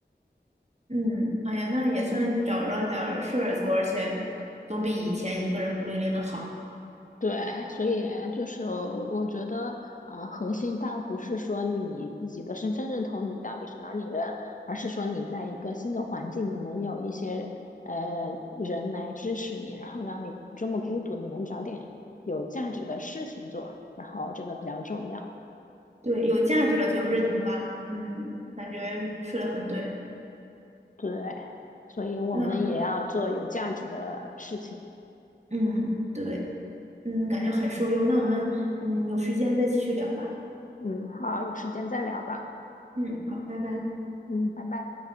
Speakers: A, on the right; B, on the left.
A: 嗯，哎呀，那也算找着点儿事儿做，而且总比以前一个人孤零零的好。
B: 对，所以就是我觉得，啊，核心倒不是说你自己的身份认同，你到底是哪里人，而是说你在一个新的环境，你能有一些呃人来支持你，然后让你不这么孤独，你能找点有价值的事情做，然后这个比较重要。
A: 对，有价值了就有认同感，嗯，感觉说的很对。
B: 对，所以我们也要做有价值的事情。
A: 那，嗯，对，嗯，感觉很受用。那我们，嗯，有时间再继续聊吧。
B: 嗯，好，有时间再聊吧。
A: 嗯，好，拜拜。
B: 嗯，拜拜。